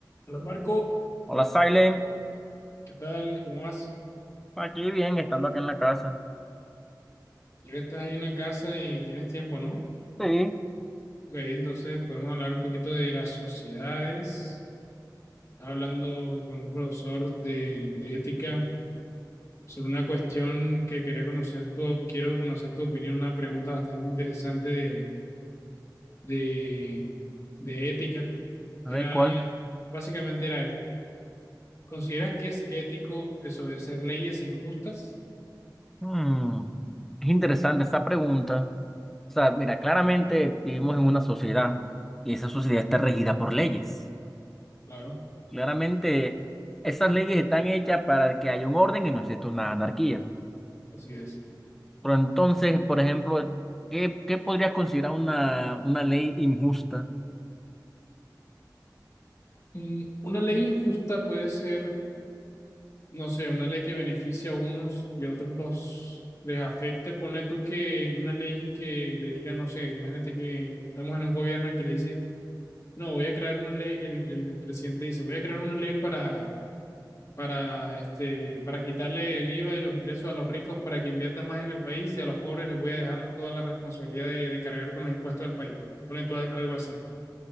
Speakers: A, on the left; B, in the centre.
A: Hola Marco,
B: Hola, Silent.
A: ¿qué tal? ¿Cómo vas?
B: Aquí bien, estando acá en la casa.
A: Ya que estás ahí en la casa y tienes tiempo, ¿no?
B: Sí.
A: Ok, entonces podemos hablar un poquito de las sociedades. Estaba hablando con un profesor de, de ética sobre una cuestión que quería conocer tu, quiero conocer tu opinión, una pregunta bastante interesante de, de, de ética.
B: A
A: Era,
B: ver, ¿cuál?
A: básicamente era esto. ¿Consideras que es ético desobedecer leyes injustas?
B: Mm, Es interesante esa pregunta. O sea, mira, claramente vivimos en una sociedad y esa sociedad está regida por leyes.
A: Claro,
B: Claramente esas leyes están hechas para que haya un orden y no exista una anarquía.
A: así es.
B: Pero entonces, por ejemplo, ¿qué, qué podrías considerar una, una ley injusta?
A: Mm, Una ley injusta puede ser no sé, una ley que beneficie a unos y a otros los les afecte, ponle tú que una ley que le diga, no sé, imagínate que estamos en un gobierno que le dice, no, voy a crear una ley, el, el- el presidente dice, voy a crear una ley para, para, este, para quitarle el IVA y los ingresos a los ricos para que inviertan más en el país y a los pobres les voy a dejar toda la responsabilidad de, de cargar con los impuestos del país. Ponle tú al- algo así.